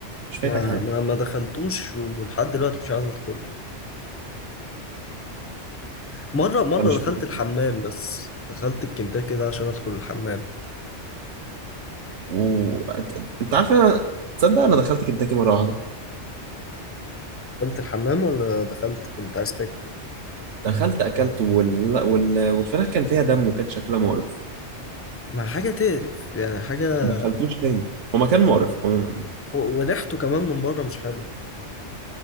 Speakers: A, on the right; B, on the left.
A: مش فايتك
B: ما
A: حاجه
B: ما ما دخلتوش ولحد دلوقتي مش عايز ادخله مرة مرة
A: انت مش
B: دخلت
A: فايتك
B: الحمام
A: حاجة.
B: بس دخلت الكنتاكي ده عشان ادخل الحمام
A: و... أت- انت عارف انا تصدق انا دخلت كنتاكي مره واحده
B: دخلت الحمام ولا دخلت كنت عايز تاكل
A: دخلت اكلت وال... وال... والفراخ كان فيها دم وكان شكلها مقرف
B: مع حاجة تقرف يعني حاجة
A: ما دخلتوش تاني هو مكان مقرف عموما يعني
B: و- وريحته كمان من بره مش حلو